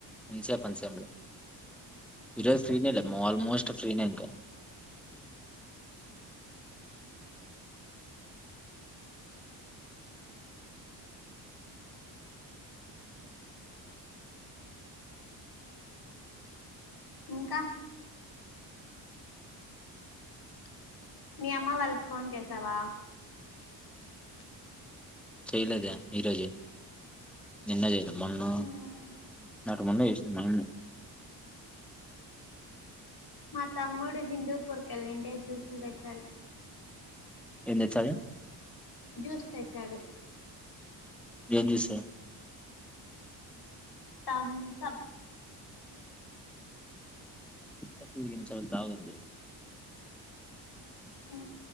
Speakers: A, in the centre; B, on the left (about 50°).
A: ఇ పనించాల ఇరో ఫ్రీనిల ఆఓల్మోస్ట్ ఫ్రీన్ ఎెంగ
B: ఇంకా మీీ అమ్మ వాళ్ళకి ఫోన్ చేసావా
A: చేయలేద ఈరోజు నిన్న చే మమ
B: మ్మ్.
A: మన్న వేసన్నాను
B: మా తమ్మడు హిందుూ పొర్కల్ిే జూస్లు తెచ్చారు
A: ఎన్ని చాల
B: జ్యూస్ తెచ్చాడు
A: దిశ
B: తం త
A: తప్పుకి సంతవద్ే
B: హ